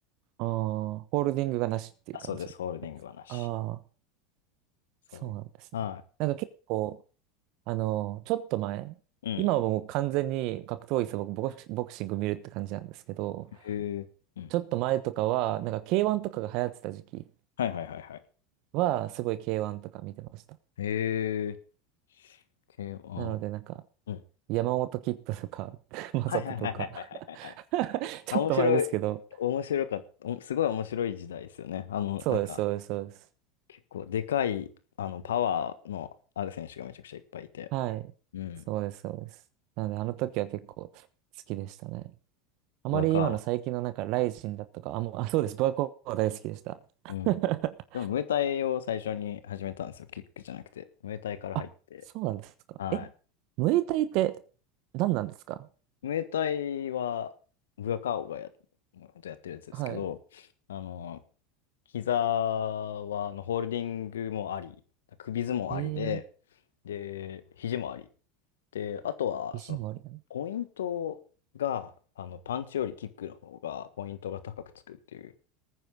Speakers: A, on the right (about 55°); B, on the left (about 80°).
A: ああ、ホールディングがなしっていう感じなんですか。
B: あ、そうです、ホールディングはなし。
A: ああ、
B: そういう。
A: そうなんですね。
B: は
A: なんか結構、あの、ちょっと前、
B: い。うん。
A: 今はもう完全に格闘技さ、僕、ボクシボクシング見るって感じなんですけど、
B: へえ。うん。
A: ちょっと前とかは、なんか K1 とかが流行ってた時期
B: はいはいはいはい。
A: は、すごい K1 とか見てました。
B: へえ。系は、
A: なので、なんか、
B: うん。
A: 山本キッドとか、<laughs> マサトとか
B: はいはいはいはいはいはい。
A: <laughs> ちょっと前ですけど、
B: あ面白い、ですけど。面白かった、おすごい面白い時代ですよね。あの、
A: そうです、
B: なんか、
A: そうです、そうです。
B: 結構でかい、あの、パワーのある選手がめちゃくちゃいっぱいいて。
A: はい。
B: うん。
A: そうです、そうです。なので、あの時は結構好きでしたね。あまり今の最近のなんか、
B: ブアカオーを。
A: ライジンだとか、あ、もう、あ、そうです。ドアコは大好きでした。<laughs>
B: うん。うん。でも、ムエタイを最初に始めたんですよ。キックじゃなくて。ムエタイから入って。
A: あ、そうなんですか。
B: はい。
A: え、ムエタイって何なんですか
B: ムエタイは、ブアカーオがや、もう本当やってるやつですけど、
A: はい。
B: あの、膝は、あのホールディングもあり、首相撲ありで、
A: えー、
B: で、肘回り。で、あとは、
A: 肘もありなの
B: その、ポイントが、あの、パンチよりキックの方が、ポイントが高くつくっていう